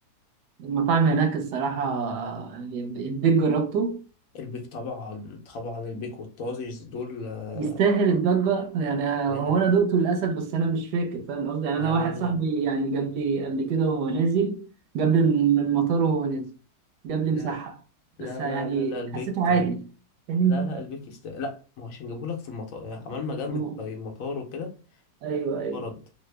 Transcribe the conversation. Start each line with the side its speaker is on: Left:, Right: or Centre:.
Right: المطاعم هناك الصراحه آه، البيت جربته
Left: البيك طبعا طبعا البيك والطازج دول آه،
Right: يستاهل الضجة يعني
Left: غالي
Right: هو أنا دقته للأسف بس أنا مش فاكر فاهم قصدي يعني
Left: لا
Right: أنا
Left: لا
Right: واحد
Left: لا
Right: صاحبي يعني جاب لي قبل كده وهو نازل جاب لي من المطار وهو نازل جاب لي
Left: لا
Right: مسحب
Left: لا
Right: بس يعني
Left: لا لا لا البيك
Right: حسيته عادي فاهم
Left: لا لا البيك يست لا ما هو عشان جابهولك في المطار عمال ما جمد
Right: أه،
Left: في المطار وكده
Right: أيوه أيوه
Left: برد